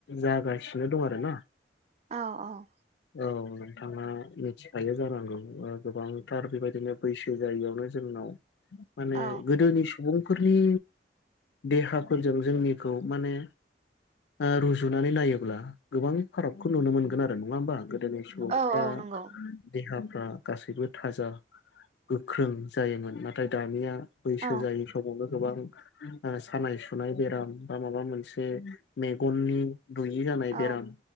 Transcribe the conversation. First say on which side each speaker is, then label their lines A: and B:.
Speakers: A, on the left; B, on the right.
A: जागासिनो दं आरो ना
B: औ औ
A: औ नोंथाङा मिथि खायो जानांगौ ओ गोबांथार बेबायदिनो बैसो जायियावनो जोंनाव माने
B: औ
A: गोदोनि स बुंफोरनि देहाफोरजों जोंनिखौ माने ओ रुजुनानै नायोब्ला गोबां फारागखौ नुनो मोनगोन आरो नङा होमबा गोदोनि सुबुंफ्रा
B: औ औ नंगौ
A: देहा आ गासैबो थाजाब गोख्रों जायोमोन नाथाय दानिया बैसो
B: औ
A: जायि समावनो गोबां ओ सानाय सुनाय बेराम बा माबा मोनसे मेगननि दुयि जानाय
B: औ
A: बेराम